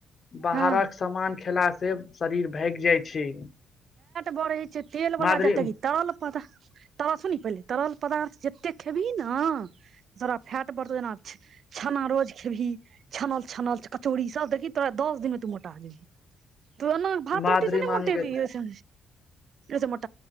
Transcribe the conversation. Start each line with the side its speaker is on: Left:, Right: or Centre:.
Left: बाहरक
Right: हँ
Left: सामान खेला से शरीर भागि जाइ छै
Right: बढ़े छै तेल बला
Left: माधुरी
Right: जते तरल पदार्थ तरल सुनी पहिले तरल पदार्थ जते खेबही न जरा फैट बढ़तौ जेना छेना रोज खेबही छनल छनल कचौड़ी सब देखही तोरा दस दिन मे तू मोटा जेबही तू एना भात
Left: माधुरी
Right: रोटी से नहि
Left: मामी
Right: मोटेभी
Left: के
Right: ओसे ओसे मोट